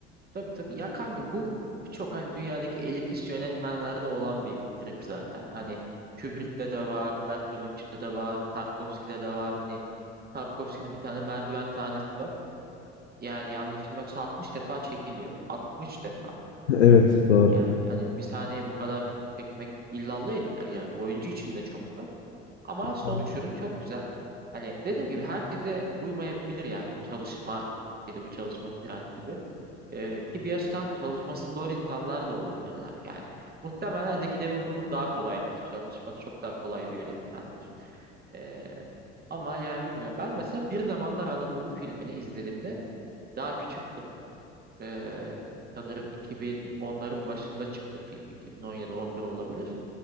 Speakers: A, on the right; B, on the left.
A: Tabii tabii ya kanka bu birçok hani dünyadaki elitist yönetmenlerde olan bir trip zaten. Hani Kubrick'te de var, Bertolucci'de de var, Tarkovski'de de var. Hani Tarkovski'nin bir tane merdiven sahnesi var. Yani yanlışım yoksa 60 defa çekiliyor. 60 defa.
B: <laughs> Evet doğru.
A: Yani hani bir saniye bu kadar çekmek illallah ettirir yani. Oyuncu için de çok zor. Ama sonuç
B: Tabii ki.
A: ürün çok güzel. Hani dediğim gibi herkese uymayabilir yani bu çalışma stili, bu çalışma prensibi. Ee, ki bir yaştan çalışması zor insanlar da olabilirler yani. Muhtemelen Zeki Demirkubuz daha kolaydır. Çalışması çok daha kolay bir yönetmendir. Ee, ama yani bilmiyorum. Ben mesela Bir Zamanlar Anadolu filmini izlediğimde daha küçüktüm. Ee, sanırım 2010'ların başında çıktı film. 2017-11 olabilir.